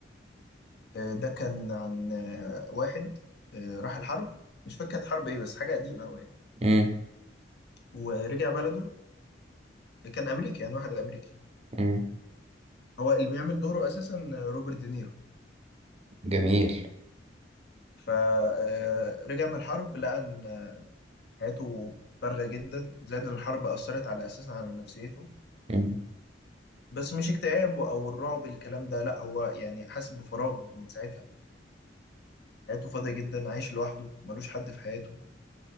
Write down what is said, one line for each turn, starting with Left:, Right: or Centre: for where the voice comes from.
Left: آه، ده كان عن آه، واحد آه، راح الحرب مش فاكر كانت حرب ايه بس حاجه قديمه قوي يعني
Right: امم
Left: ورجع بلده كان امريكي يعني واحد امريكي
Right: امم
Left: هو اللي بيعمل دوره اساسا آه، روبرت دينيرو
Right: جميل
Left: فرجع من الحرب لقى ان حياته فارغة جدا زائد إن الحرب أثرت على أساسا على نفسيته
Right: امم
Left: بس مش اكتئاب أو الرعب الكلام ده لأ هو يعني حاسس بفراغ من ساعتها حياته فاضية جدا عايش لوحده ملوش حد في حياته